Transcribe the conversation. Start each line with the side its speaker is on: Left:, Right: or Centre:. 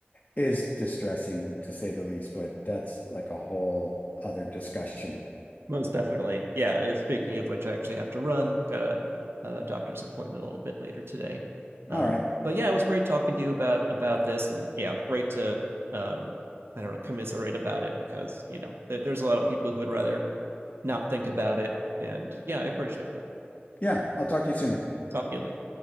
Left: is distressing to say the least. But that's like a whole other discussion.
Right: most definitely yeah speaking of which i actually have to run got a, a doctor's appointment a little bit later today um,
Left: All right.
Right: but yeah it was great talking to you about about this and yeah great to um, i don't know commiserate about it because you know there, there's a lot of people who would rather not think about it. And yeah, I appreciate that.
Left: Yeah, I'll talk to you soon.
Right: Talk to you later.